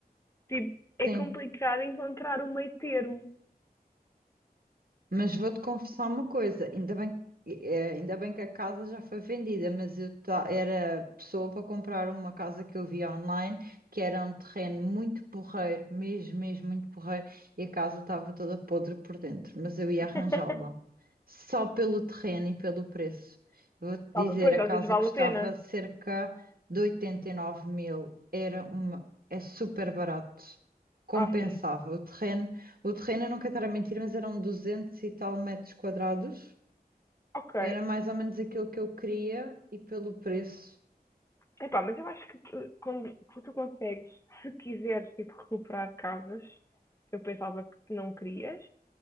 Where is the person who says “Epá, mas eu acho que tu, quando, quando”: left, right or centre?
Left